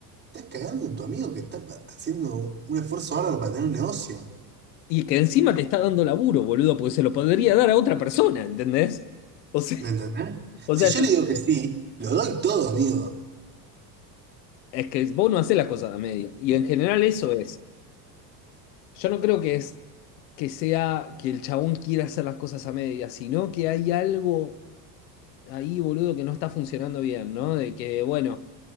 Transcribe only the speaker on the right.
estás cagando en tu amigo que está pa- haciendo un un esfuerzo bárbaro para tener un negocio.
¿Me
entendés?
Si
yo
le digo que sí, lo doy todo, amigo.